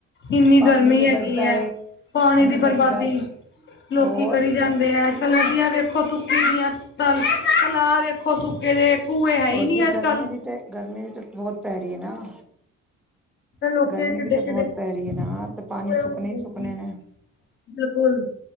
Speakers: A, on the left (about 40°); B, in the centre.
A: ਇੰਨੀ
B: ਪਾਣੀ
A: ਗਰਮੀ
B: ਵੀ ਬਚਦਾ
A: ਹੈਗੀ ਏ ਪਾਣੀ ਦੀ ਬਰਬਾਦੀ,
B: ਬਚਦਾ ਹੈ
A: ਲੋਕੀ
B: ਹੋਰ
A: ਕਰੀ ਜਾਂਦੇ ਐ ਅੱਜ-ਕੱਲ ਨਦੀਆਂ ਵੇਖੋ ਸੁੱਕੀ ਦੀਆਂ ਤ ਤਲਾ ਵੇਖੋ ਸੁੱਕੇ ਦੇ ਕੂਏ ਹੈ ਹੀ
B: ਔਰ
A: ਨੀ
B: ਜੀ
A: ਅੱਜ
B: ਗਰਮੀ
A: ਕੱਲ
B: ਵੀ ਤਾਂ ਗਰਮੀ ਵੀ ਬਹੁਤ ਪੈ ਰਹੀ ਹੈ ਨਾ।
A: ਲੋਕੀ
B: ਗਰਮੀ
A: ਕਿੱਡੇ-ਕਿੱਡੇ,
B: ਵੀ ਤੇ ਬਹੁਤ ਪੈ ਰਹੀ
A: <unintelligible>
B: ਹੈ ਨਾ ਤੇ ਪਾਣੀ ਸੁੱਕਣੇ ਹੀ
A: ਦੇ
B: ਸੁੱਕਣੇ
A: ਸੀ।
B: ਨੇ।
A: ਬਿਲਕੁਲ।